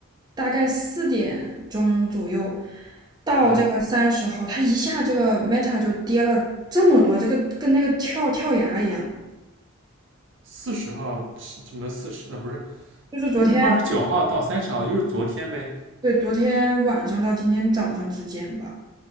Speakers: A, on the right; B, on the right.
A: 大概四点钟左右到这个三十号，
B: 嗯，
A: 它一下这个 Meta 就跌了这么多，这个跟那个跳跳崖一样，
B: 四十号什么四十呃不是，
A: 就是昨天
B: 嗯二十九号到三十号就是昨天呗。
A: 对昨天晚上到今天早上之间吧，